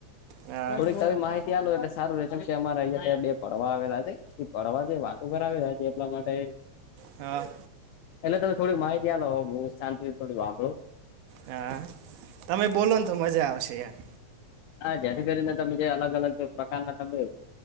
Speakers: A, on the right; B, on the left.
A: હા
B: થોડીક માહિતી આલો એટલે સારું રહે જેમ કે અમારા અયા બે ભણવા આવેલા છે પડવા જે વાતો કરાવેલા છે એટલા માટે
A: હા
B: એટલે તમે થોડી માહિતી આલો હ શાંતથી થોડી વાંભળું
A: હા તમે બોલો ને તો મજા આવશે એમ
B: હા જેથી કરીને તમે જે અલગ અલગ પ્રકારના તમે